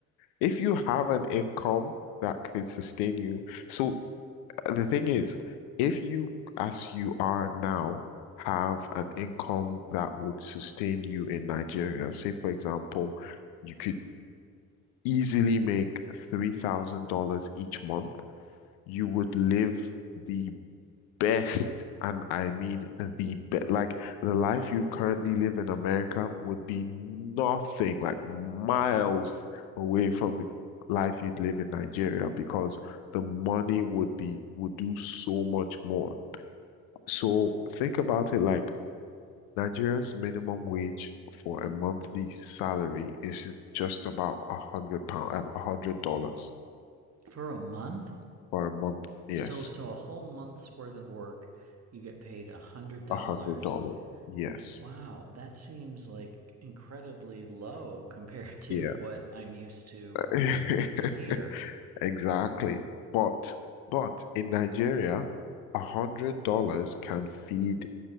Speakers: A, on the left; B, on the right.
A: if you have an income that could sustain you. So the thing is, if you, as you are now, have an income that would sustain you in Nigeria, say for example, you could easily make $3,000 each month you would live the best, and I mean the best. Like the life you currently live in America would be nothing, like miles away from the life you'd live in Nigeria because the money would be would do so much more. So think about it like Nigeria's minimum wage for a monthly salary is ju- just about a hundred pound, a hundred dollars
B: for a month.
A: for a month. Yes,
B: So so a whole month's worth of work, you get paid a hundred dollars.
A: a hundred dollars. Yes.
B: Wow, that seems like incredibly low <laughs> compared to
A: Yeah,
B: what I'm used to
A: <laughs>
B: here.
A: exactly. But but in Nigeria, a hundred dollars can feed